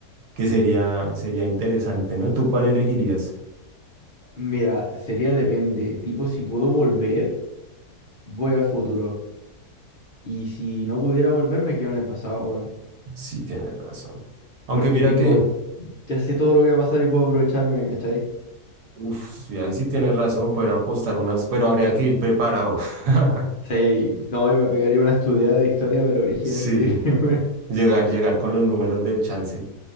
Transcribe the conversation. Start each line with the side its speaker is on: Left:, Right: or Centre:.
Right: que sería, sería interesante, ¿no? ¿Tú cuál elegirías?
Left: Mira, sería depende, tipo si puedo volver. voy al futuro. Y si no pudiera volver, me quedo en el pasado, weón.
Right: Sí, tienes razón. Aunque
Left: Porque,
Right: mira
Left: tipo,
Right: que,
Left: ya sé todo lo que va a pasar y puedo aprovecharme, ¿cachai?
Right: uff, ahí sí tienes razón, poder apostar unas, pero habría que ir preparado. <laughs>
Left: Sí, no, yo me pegaría una estudiada de historia, pero brígida
Right: Sí.
Left: antes de irme, <laughs> weón.
Right: Llegar, llegar con los números del chance.